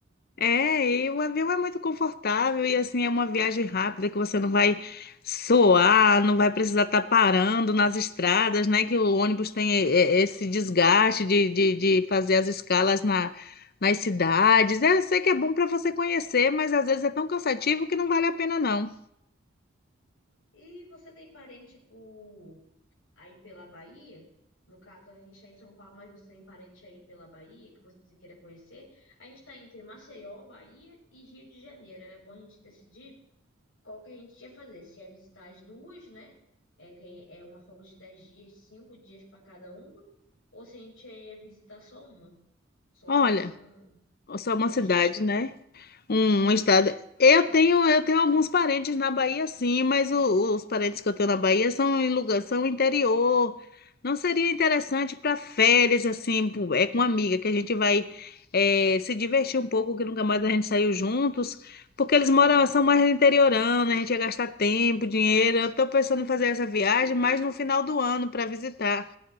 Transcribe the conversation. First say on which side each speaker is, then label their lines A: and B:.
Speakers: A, on the left; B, on the left.
A: É, e o avião é muito confortável e assim é uma viagem rápida que você não vai suar, não vai precisar estar parando nas estradas, né? Que o ônibus tem e- e- esse desgaste de, de, de fazer as escalas na, nas cidades. É, eu sei que é bom para você conhecer, mas às vezes é tão cansativo que não vale a pena, não.
B: E você tem parente por aí pela Bahia? No caso, a gente está em São Paulo, mas você tem parente aí pela Bahia que você queira conhecer? A gente está entre Maceió, Bahia e Rio de Janeiro. Era bom a gente decidir qual que a gente ia fazer. Se ia visitar as duas, né? É, que é uma folga de 10 dias, 5 dias para cada uma. Ou se a gente ia visitar só uma, só
A: Olha,
B: uma,
A: só
B: só
A: uma
B: um
A: cidade,
B: estado. assim,
A: né? Um, um estado. Eu tenho, eu tenho alguns parentes na Bahia, sim, mas o- os parentes que eu tenho na Bahia são em lugar, são interior. Não seria interessante para férias, assim, pu- é com uma amiga que a gente vai é, se divertir um pouco, que nunca mais a gente saiu juntos, porque eles moram, são mais interiorando, a gente ia gastar tempo, dinheiro. Eu tô pensando em fazer essa viagem mais no final do ano para visitar.